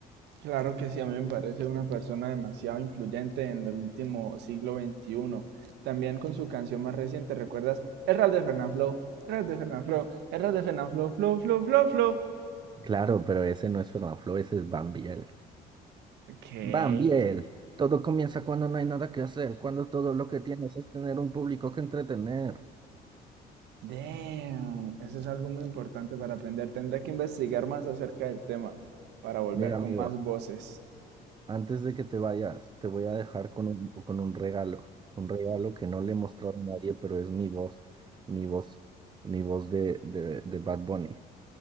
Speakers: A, on the right (about 85°); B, on the right (about 25°).
A: claro que sí, a mí me parece una persona demasiado influyente en el último siglo veintiuno También con su canción más reciente, ¿recuerdas? El rap de Fernanfloo, el rap de Fernanfloo, el rap de Fernanfloo, flow, flow, flow, flow.
B: Claro, pero ese no es Fernanfloo, ese es Bambiel.
A: ¿Qué?
B: Van bien, todo comienza cuando no hay nada que hacer, cuando todo lo que tienes es tener un público que entretener.
A: Damn, eso es algo muy importante para aprender. Tendré que investigar más acerca del tema para volver
B: Mira, amigo,
A: con más voces.
B: antes de que te vayas, te voy a dejar con un, con un regalo, un regalo que no le he mostrado a nadie, pero es mi voz, mi voz, mi voz de, de, de Bad Bunny.